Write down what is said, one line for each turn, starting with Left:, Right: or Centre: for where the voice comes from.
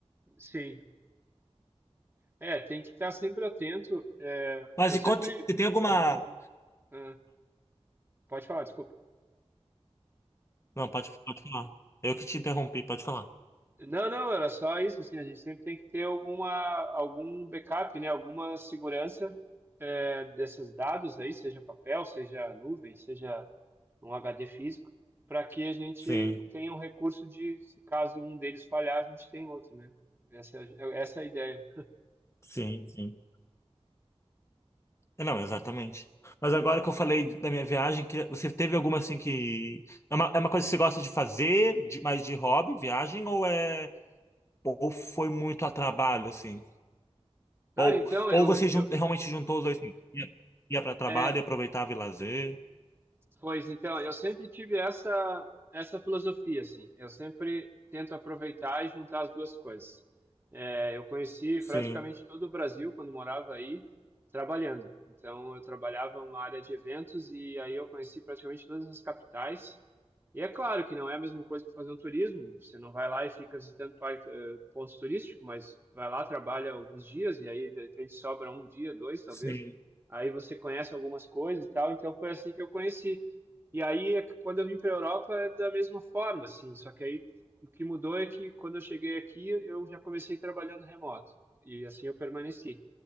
Right: sim. É, tem que estar sempre atento. É,
Left: mas
Right: eu
Left: e
Right: sempre
Left: conte, você tem alguma
Right: recomendo. Ah, pode falar, desculpa.
Left: Não, pode, pode falar. Eu que te interrompi, pode falar.
Right: Não, não, era só isso, assim, a gente sempre tem que ter alguma, algum backup, né, alguma segurança é, desses dados aí, seja papel, seja nuvem, seja um HD físico, para que a gente
Left: Sim,
Right: tenha um recurso de, se caso um deles falhar, a gente tem outro, né? Essa, é a- essa é a ideia.
Left: sim, sim. É, Não, exatamente. Mas agora que eu falei da minha viagem, que você teve alguma assim que. É uma, é uma coisa que você gosta de fazer, de, mais de hobby, viagem, ou é. Ou foi muito a trabalho, assim?
Right: Cara,
Left: Ou,
Right: então,
Left: ou
Right: eu,
Left: você
Right: eu,
Left: jun- realmente juntou os dois, assim, ia, ia para trabalho
Right: é,
Left: e aproveitava e lazer?
Right: Pois então, eu sempre tive essa essa filosofia assim. Eu sempre tento aproveitar e juntar as duas coisas. É, eu conheci
Left: Sim,
Right: praticamente todo o Brasil quando morava aí trabalhando. Então eu trabalhava numa área de eventos e aí eu conheci praticamente todas as capitais. E é claro que não é a mesma coisa que fazer um turismo. Você não vai lá e fica visitando par- eh, pontos turísticos, mas vai lá, trabalha alguns dias e aí de repente sobra um dia, dois talvez.
Left: sim,
Right: Aí você conhece algumas coisas e tal. Então foi assim que eu conheci. E aí, quando eu vim para a Europa, é da mesma forma, assim, só que aí o que mudou é que quando eu cheguei aqui, eu já comecei trabalhando remoto, e assim eu permaneci.